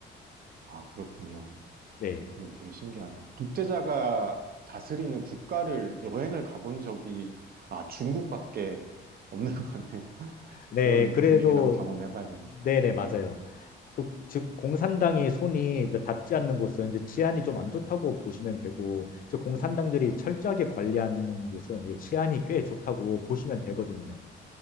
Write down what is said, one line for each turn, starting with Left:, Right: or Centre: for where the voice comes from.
Right: 아, 그렇군요.
Left: 네.
Right: 그건 되게 신기하네. 독재자가 다스리는 국가를 여행을 가본 적이 아 중국밖에 없는 것 같네요. <laughs>
Left: 네,
Right: 이런
Left: 그래도
Right: 분위기를 한번 경험해봐야겠는데.
Left: 네네 맞아요. 그, 즉 공산당이 손이 이제 닿지 않는 곳은 이제 치안이 좀 안 좋다고 보시면 되고 이제 공산당들이 철저하게 관리하는 곳은 이게 치안이 꽤 좋다고 보시면 되거든요.